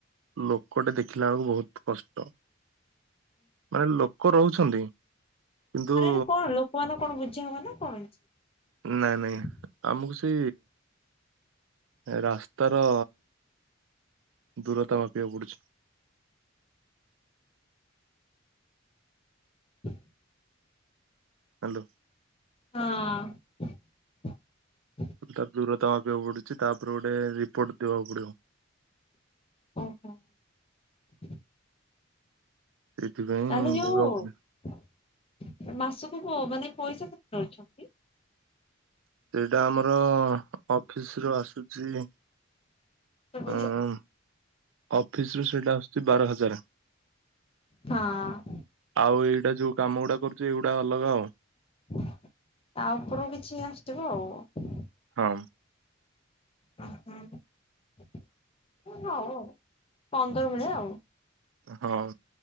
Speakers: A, on the right; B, on the left.
A: ଲୋକଟେ ଦେଖିଲା ବେଳକୁ ବହୁତ କଷ୍ଟ ମାନେ ଲୋକ ରହୁଛନ୍ତି। କିନ୍ତୁ
B: ମାନେ ଏଇଠି କଣ ଲୋକ ମାନ କଣ ବୁଝିବା ମନା କଣ ଅଛି।
A: ନାଇଁ ନାଇଁ
B: <inaudible>
A: ଆମକୁ ସେ ରାସ୍ତାର ଦୂରତା ମାପିବାକୁ ପଡୁଛି। <inaudible>
B: <inaudible>
A: ହାଲୋ।
B: ହଁ। <inaudible>
A: ତାର ଦୂରତା ମାପିବାକୁ ପଡୁଛି ତାପରେ ଗୋଟେ ରିପୋର୍ଟ ଦବାକୁ ପଡିବ।
B: ଓ ହୋ। <inaudible>
A: ସେଇଥିପାଇଁ
B: ତାହେଲେ ଯଉ
A: ଯିବାକୁ ପଡିବ
B: <inaudible> ମାସ ମାନେ ପଇସା କେତେ ଦଉଛନ୍ତି।
A: ସେଇଟା ଆମର ଅଫିସ ରୁ ଆସୁଛି <inaudible>
B: ଶୁଭୁନି?
A: ଉଁ ଅଫିସରୁୁ ସେଟା ଆସୁଛି ବାର ହଜାର।
B: ହଁ
A: <inaudible> ଆଉ ଏଇଟା ଯୋଉ କାମ ଗୁଡା କରୁଛ ଏଗୁଡା ଅଲଗାଉ।
B: ତା ଉପରକୁ କିଛି ଆସିଥିବ ଆଉ।
A: ହଁ।
B: <unintelligible> ହଉ ଆଉ ପନ୍ଦର ବେଳେ ଆଉ।
A: ହଁ